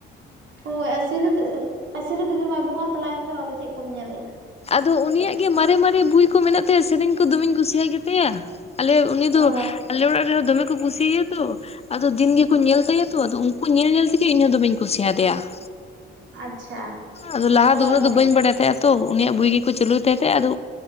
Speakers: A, on the right (about 70°); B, on the left (about 30°).
A: ᱦᱳᱭ ᱥᱤᱨᱤ ᱥᱤᱨᱤᱫᱮᱵᱤ ᱢᱟᱭ ᱵᱚᱸᱜᱟ ᱛᱟᱞᱟᱭᱮᱱ ᱫᱚ ᱟᱫᱚ ᱪᱮᱫ ᱠᱚᱢ ᱧᱮᱞᱮᱫᱼᱟ
B: ᱟᱫᱚ ᱩᱱᱤᱭᱟᱜ ᱜᱮ ᱢᱟᱨᱮ ᱢᱟᱨᱮ ᱵᱩᱭ ᱠᱚ ᱢᱮᱱᱟᱜ ᱛᱟᱭᱟ ᱥᱮᱨᱮᱧ ᱠᱚ ᱫᱚᱢᱮᱧ ᱠᱩᱥᱤᱭᱟᱜ ᱜᱮᱛᱟᱭᱟ ᱟᱞᱮ ᱩᱱᱤ
A: ᱚ
B: ᱫᱚ ᱟᱞᱮ ᱚᱲᱟᱜ ᱨᱮᱦᱚᱸ ᱫᱚᱢᱮ ᱠᱚ ᱠᱩᱥᱤᱟᱭᱟ ᱛᱚ ᱟᱫᱚ ᱫᱤᱱ ᱜᱮᱠᱚ ᱧᱮᱞ ᱛᱟᱭᱟ ᱛᱚ, ᱟᱫᱚ ᱩᱱᱠᱩ ᱧᱮᱞ ᱧᱮᱞ ᱛᱮᱜᱮ ᱤᱧᱦᱚ ᱫᱚᱢᱮᱧ ᱠᱩᱥᱤᱭᱟᱫᱮᱭᱟ ᱾
A: ᱟᱪᱪᱷᱟ
B: ᱟᱫᱚ ᱞᱟᱦᱟ
A: ᱦᱳᱭ
B: ᱫᱚ ᱩᱱᱟᱹᱜ
A: ᱦᱳᱭ
B: ᱫᱚ ᱵᱟᱹᱧ ᱵᱟᱲᱟᱭ ᱛᱟᱦᱮᱸᱜᱼᱟ ᱛᱚ ᱩᱱᱤᱭᱟᱜ ᱵᱩᱭ ᱜᱮᱠᱚ ᱪᱟᱹᱞᱩᱭ ᱛᱟᱦᱮᱸ ᱛᱟᱦᱮᱸᱜ ᱟᱫᱚ